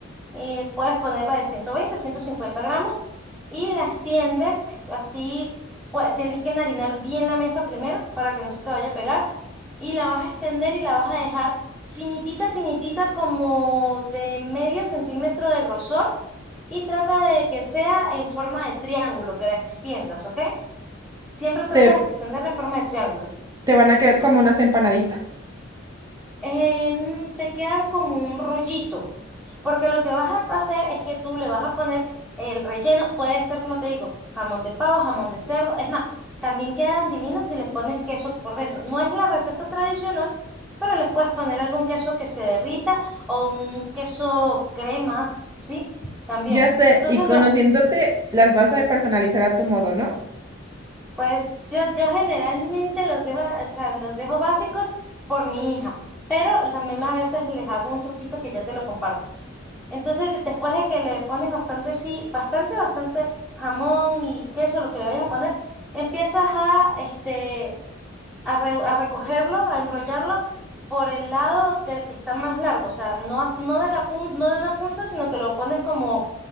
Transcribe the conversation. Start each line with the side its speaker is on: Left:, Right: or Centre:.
Centre: eh, puedes ponerla de 120, 150 gramos y las tiendes así, pues, tienes que enharinar bien la mesa primero para que no se te vaya a pegar y la vas a extender y la vas a dejar finitita, finitita como de medio centímetro de grosor y trata de que sea en forma de triángulo, que la extiendas, ¿ok? Siempre trata
Right: ¿Te,
Centre: de extenderla en forma de triángulo.
Right: te van a quedar como unas empanaditas?
Centre: En- te quedan como un rollito, Porque lo que vas a hacer es que tú le vas a poner el relleno, puede ser, como te digo, jamón de pavo, jamón de cerdo. Es más, también quedan divinos si les pones queso por dentro. No es la receta tradicional, pero les puedes poner algún queso que se derrita o un queso crema, ¿sí? También.
Right: Ya sé,
Centre: Entonces,
Right: y conociéndote,
Centre: lo,
Right: las vas a personalizar a tu modo, ¿no?
Centre: pues yo, yo generalmente los dejo, o sea, los dejo básicos por mi hija, pero también a veces les hago un truquito que ya te lo comparto. Entonces, después de que le pones bastante, sí, bastante, bastante jamón y queso, lo que le vayas a poner, empiezas a, este, a, re- a recogerlo, a enrollarlo por el lado del que está más largo, o sea, no, as- no de la pun- no de una punta, sino que lo pones como